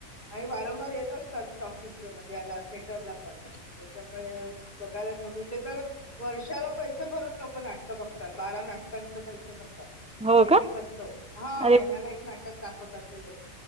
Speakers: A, on the left; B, in the centre.
A: आणि वारंवार येत असतात. टॉकीज ला म्हणजे याला थेटरला पण त्यामुळे बघाय इथे तर वर्षा त पैसे भरून लोक नाटक बघतात बारा नाटकांचे पैसे भर एक
B: हो का
A: एक असतो हा
B: अरे
A: महिन्याला एक नाटक दाखवतात ते लोक.